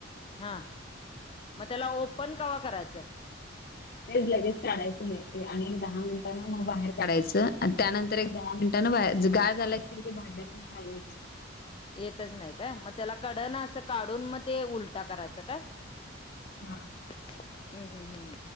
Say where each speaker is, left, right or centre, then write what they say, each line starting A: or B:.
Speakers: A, on the left; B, on the left.
A: हां. मग त्याला ओपन कवा करायचं.
B: तेच लगेच काढायचं नाही, आणि एक दहा मिनिटांना मग बाहेर काढायचं. आणि त्यानंतर एक दहा मिनिटं. ते न्हव गार झाल्याशिवाय भांड्यात खाली.
A: येतच नाही काय, मग त्याला कड न असं काढून. मग ते उलटा करायचा काय.
B: हां.
A: हम्म हम्म हम्म